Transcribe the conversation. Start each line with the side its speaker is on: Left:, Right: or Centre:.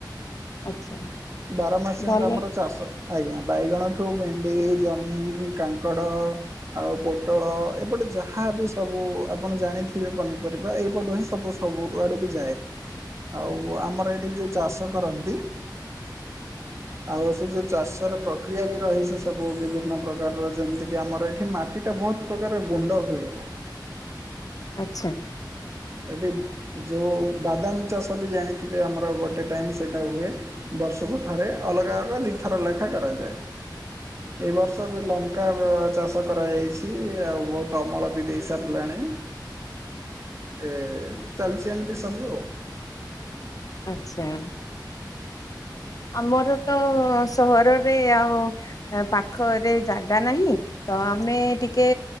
Left: ଆଚ୍ଛା
Right: ବାର ମାସ ଯାଏଙ୍କ
Left: ଭଲ।
Right: ଆମର ଚାଷ ଆଜ୍ଞା ବାଇଗଣ ଠୁ ଭେଣ୍ଡି ଜହ୍ନି, କାଙ୍କଡ଼ ଆଉ ପୋଟଳ ଏପଟେ ଯାହାବି ସବୁ ଆପଣ ଜାଣିଥିବେ ପନିପରିବା ଏଇପଟୁ ହିଁ ସବୁ ସବୁ ଆଡ଼କୁ ଯାଏ, ଆଉ ଆମର ଏଠି ଯେଉଁ ଚାଷ କରନ୍ତି ଆଉ ସେ ଯୋଉ ଚାଷର ପ୍ରକ୍ରିୟା ବି ରହିଛି ସ ବୁ ବିଭିନ୍ନ ପ୍ରକାରର ଯେମିତିକି ଆମର ଏଠି ମାଟିଟା ବହୁତ୍ ପ୍ରକାର ଗୁଣ୍ଡ ହୁଏ।
Left: ଆଚ୍ଛା।
Right: ଏଠି ଯୋଉ ବାଦାମ ଚାଷବି ଜାଣିଥିବେ ଆମର ଗୋଟେ ଟାଇମ୍ ସେଇଟା ହୁଏ। ବର୍ଷକୁ ଥରେ ଅଲଗା ଅଲଗା ଦିଥର ଲେଖା କରାଯାଏ। ଏବର୍ଷ ବି ଲଙ୍କା ଚାଷ କରାଯାଇଛି ଆଉ ବହୁତ ଅମଳ ବି ଦେଇ ସାରିଲାଣି। ଏ ଚାଲିଛି ଏମିତି ସବୁ ଆଉ।
Left: ଆଚ୍ଛା। ଆମର ତ ସହରରେ ଆଉ ପାଖରେ ଜାଗା ନାହିଁ ତ ଆମେ ଟିକେ